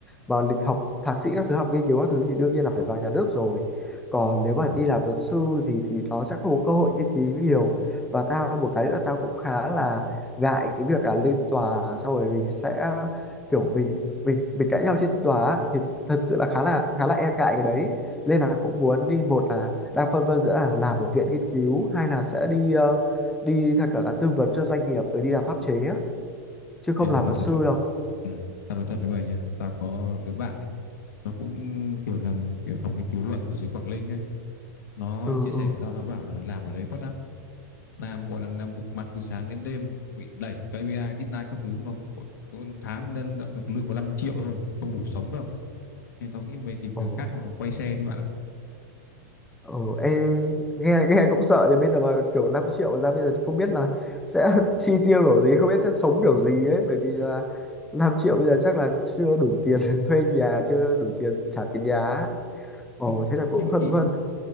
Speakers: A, in the centre; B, on the left (about 80°).
A: mà lịch học thạc sĩ các thứ học nghiên cứu các thứ thì đương nhiên là phải vào nhà nước rồi còn nếu mà
B: Ừ.
A: đi làm luật sư thì thì nó sẽ không có cơ hội nghiên cứu nhiều và tao một cái nữa tao cũng khá là ngại cái việc là lên tòa xong rồi mình sẽ kiểu mình mình mình cãi nhau trên tòa á, thì thật sự là khá là khá là e ngại cái đấy nên là cũng muốn đi một là đang phân vân giữa là làm ở viện nghiên cứu hay là sẽ đi ờ, đi theo kiểu là tư vấn cho doanh nghiệp rồi đi làm pháp chế á chứ không
B: Ê,
A: làm
B: tao nói
A: luật
B: thật
A: sư
B: đấy.
A: đâu
B: ừ. Tao nói thật với mày nha. Tao có đứa bạn ấy. Nó cũng kiểu làm kiểu phòng nghiên cứu luật ở dưới Quảng Ninh ấy. Nó
A: ừ
B: chia sẻ
A: ừ
B: với tao nó bảo là làm ở đấy phát lắm. Làm còn là làm bục mặt từ sáng đến đêm bị đẩy KPI, deadline các thứ mà có, có tháng nên đã được lương có 5 triệu thôi, không đủ sống đâu. Nên tao nghĩ mày tìm
A: ồ
B: đường khác mà
A: thế-
B: quay xe đi bạn ạ.
A: ồ ê, nghe nghe cũng sợ nhưng bây giờ mà kiểu 5 triệu mà ra bây giờ thì không biết là sẽ <laughs> chi tiêu kiểu gì không biết sẽ sống kiểu gì ấy bởi vì là 5 triệu bây giờ chắc là chưa đủ tiền <laughs> thuê nhà chưa đủ tiền trả tiền nhà á. ồ
B: Không,
A: thế là cũng
B: nhưng mà
A: phân
B: ý,
A: vân